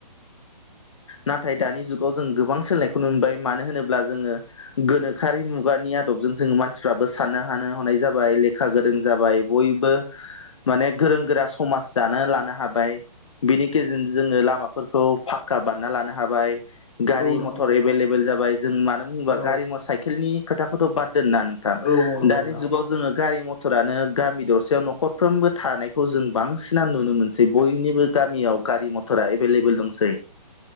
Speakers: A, on the left (about 50°); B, on the left (about 15°).
A: नाथाय दानि जुगाव जों गोबां सोलोंनायखौ नुबाय मानो होनोब्ला जोङो गोनोखोरि मुगानिया आदबजों जोङो मानसिफ्राबो साननो हानो हानाय जाबाय लेखा गोरों जाबाय बयबो माने गोरों गोरा समाज दानो लानो हाबाय। बिनि गेजेरजों जोङो लामाफोरखौ फाखक्का बान्ना लानो हाबाय गारि
B: औ नंगौ
A: मथर
B: नंगौ नोंथां
A: एभेलेबेल जाबाय जों मानो बुंबा
B: औ
A: गारि म साइकेलनि खोथाखौथ' बाददोंनना नों
B: औ औ नंगौ
A: दानि
B: नोंथां
A: जुगाव जोङो गारि मथर टरानो गामि दरसेायाव न'खरफ्रोमबो थानायखौ जों बांसिना नुनो मोनसै बयनिबो गामियाव गारि मथरा एभेलेबल दंसै